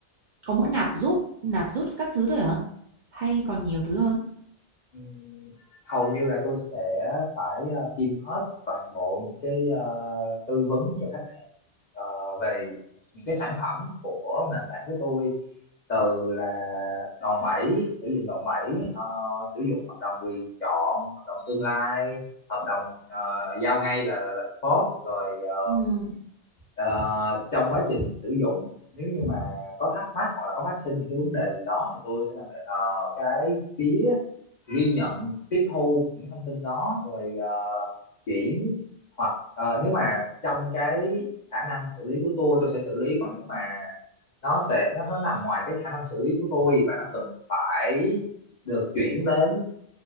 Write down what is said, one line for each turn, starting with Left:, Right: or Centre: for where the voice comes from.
Right: có mỗi nạp rút nạp rút các thứ thôi hả hay còn nhiều thứ hơn
Left: ừm, hầu như là tôi sẽ phải ờ, kiêm hết toàn bộ những cái ờ, tư vấn cho khách ờ, về những cái sản phẩm của nền tảng của tôi từ là đòn bẩy sử dụng đòn bẩy ờ, sử dụng hợp đồng quyền chọn hợp đồng tương lai hợp đồng ờ, giao ngay là là spot rồi ờ,
Right: Ừ.
Left: Ờ, trong quá trình sử dụng nếu như mà có thắc mắc hoặc là có phát sinh những cái vấn đề gì đó thì tôi sẽ là người- ờ, cái phía ghi nhận tiếp thu những thông tin đó rồi ờ, chuyển hoặc ờ, nếu mà trong cái khả năng xử lý của tôi tôi sẽ xử lý còn nếu mà nó sẽ nó nó nằm ngoài cái khả năng xử lý của tôi và nó cần phải được chuyển đến